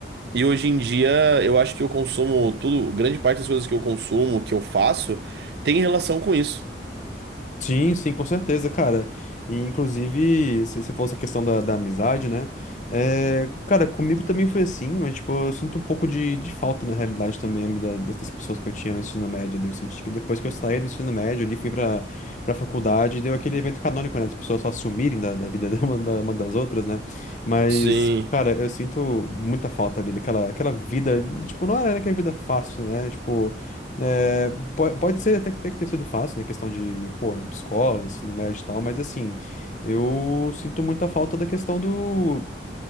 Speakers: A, on the right; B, on the left.
A: E hoje em dia eu acho que eu consumo tudo, grande parte das coisas que eu consumo, que eu faço, tem relação com isso.
B: Sim, sim, com certeza, cara. E inclusive, se você fosse a questão da, da amizade, né? É, cara, comigo também foi assim, mas tipo, eu sinto um pouco de, de falta na realidade também ali da- dessas pessoas que eu tinha no ensino médio ali. Eu senti que depois que eu saí do ensino médio ali, fui pra, pra faculdade, deu aquele evento canônico, né? As pessoas só sumirem da, da vida <laughs> uma, da- uma das outras, né? Mas,
A: Sim.
B: cara, eu sinto muita falta ali daquela aquela vida, tipo, não era aquela vida fácil, né? Tipo. É, po- pode ser até que até que tenha sido fácil, né? Questão de, pô, escola, ensino médio e tal, mas assim, eu sinto muita falta da questão do,